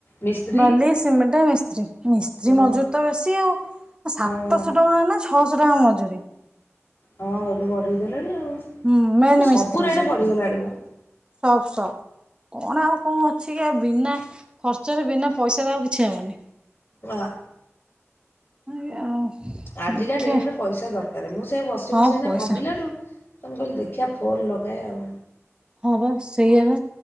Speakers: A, on the left; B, on the right.
A: ମିସ୍ତ୍ରୀ
B: ବାଲି, ସିମେଣ୍ଟ, ମିସ୍ତ୍ରୀ, ମିସ୍ତ୍ରୀ
A: ହଁ
B: ମଜୁରୀ ତ ବେସି ଆଉ। ସାତଶହ
A: ହଁ।
B: ଟଙ୍କା ନା ଛଅଶ ଟଙ୍କା ମଜୁରୀ।
A: ହଁ ଏବେ ବଢେଇ ଦେଲେଣି ଆଉ। ଏ
B: ହୁଁ ମେନ୍
A: ସବୁ
B: ମିସ୍ତ୍ରୀ
A: ରେଟ୍
B: ଯିଏ
A: ବଢିଗଲାଣି ମ।
B: ସବ୍ ସବ୍ କଣ ଆଉ କଣ ଅଛି କି ଆଉ ବିନା ଖର୍ଚ୍ଚରେ ବିନା ପଇସାରେ ଆଉ କିଛି ହବନି।
A: ନାଁ।
B: ଆଜ୍ଞା ଆଉ
A: ଆଜିକା
B: ଦେଖିବା
A: ଡେଟରେ ପଇସା ଦରକାର ମୁଁ ସେଆ ବସିବସି
B: ହଁ
A: ଏଇନା
B: ପଇସା
A: ଭାବିଲାଠୁ ତ ମୁଁ କହିଲି ଦେଖିଆ ଫୋନ ଲଗାଏ ଆଉ।
B: ହଁ ବା ସେଇଆ ବା